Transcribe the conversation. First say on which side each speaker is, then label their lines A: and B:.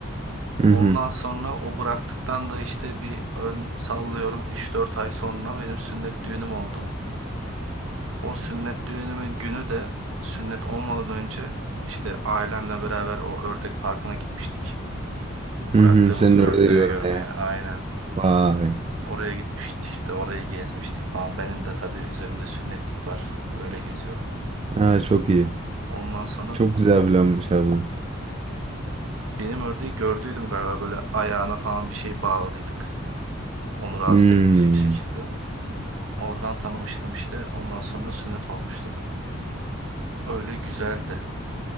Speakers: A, on the right; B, on the right.
A: Hı hı.
B: Ondan sonra o bıraktıktan da işte bir ör- sallıyorum üç dört ay sonra benim sünnet düğünüm oldu. O sünnet düğünümün günü de sünnet olmadan önce işte ailemle beraber o ördek parkına gitmiştik. O
A: Hı
B: Bıraktığımız
A: hı. Senin
B: ördeği
A: ördeği görmeye.
B: görmeye aynen.
A: Vay.
B: Oraya gitmiştik işte orayı gezmiştik falan. Benim de tabii üzerimde sünnetlik var. Öyle geziyorum.
A: Ha, çok iyi.
B: Ondan sonra
A: Çok güzel planmış harbiden.
B: benim ördeği gördüydüm galiba böyle ayağına falan bir şey bağladıydık. Onu rahatsız
A: Hmm.
B: etmeyecek şekilde. Oradan tanımıştım işte. Ondan sonra sünnet olmuştum. Öyle güzeldi.